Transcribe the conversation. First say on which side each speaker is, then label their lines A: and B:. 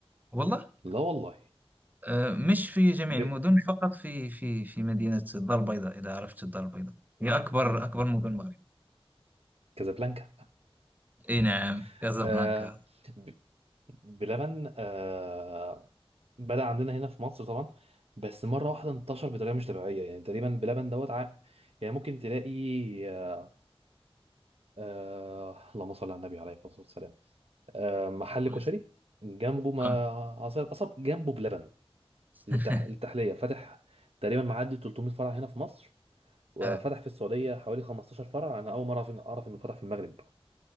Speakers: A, on the right; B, on the right.
A: والله
B: لا والله
A: آه، مش في جميع
B: ب...
A: المدن فقط في في في مدينة الدار البيضاء إذا عرفت الدار البيضاء هي أكبر
B: مم.
A: أكبر مدن المغرب
B: كازابلانكا
A: إي نعم
B: <laughs>
A: كازابلانكا
B: آه... ب... بلبن آه... بدأ عندنا هنا في مصر طبعا بس مرة واحدة انتشر بطريقة مش طبيعية يعني تقريبا بلبن دوت ع... يعني ممكن تلاقي آه... آه... اللهم صل على النبي عليه الصلاة والسلام آه... محل
A: الله
B: كشري
A: يسلمك.
B: جنبه ما
A: آه.
B: أصل أصب جنبه بلبن
A: <laughs>
B: للتح... للتحلية فاتح تقريبا معدي 300 فرع هنا في مصر وفتح
A: آه.
B: في السعودية حوالي 15 فرع أنا أول مرة أعرف إن- أعرف إنه فتح في المغرب